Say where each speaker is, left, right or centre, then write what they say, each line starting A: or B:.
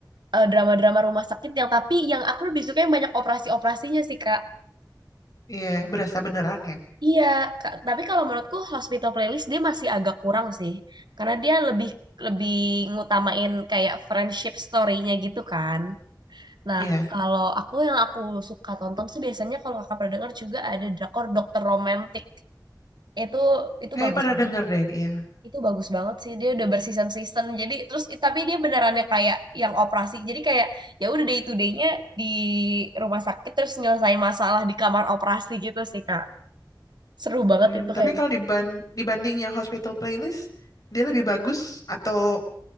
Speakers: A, on the right; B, on the left.
A: eh, drama-drama rumah sakit yang tapi yang aku lebih suka yang banyak operasi-operasinya sih, Kak.
B: iya berasa beneran ya.
A: Iya, Kak. Tapi kalau menurutku Hospital Playlist dia masih agak kurang sih. Karena dia lebih lebih ngutamain kayak friendship story-nya gitu kan. Nah,
B: Iya,
A: kalau aku yang aku suka tonton sih biasanya kalau kakak pernah dengar juga ada drakor Dokter Romantik. Itu itu
B: kayak
A: bagus
B: pada
A: banget.
B: denger deh. Iya.
A: Itu bagus banget sih. Dia udah berseason-season. Jadi terus i- tapi dia beneran yang kayak yang operasi. Jadi kayak ya udah day to day-nya di rumah sakit terus nyelesain masalah di kamar operasi gitu sih, Kak. Seru banget
B: Hmm,
A: itu
B: tapi
A: kayak
B: kalau
A: gitu.
B: diban dibanding yang hospital playlist, dia lebih bagus atau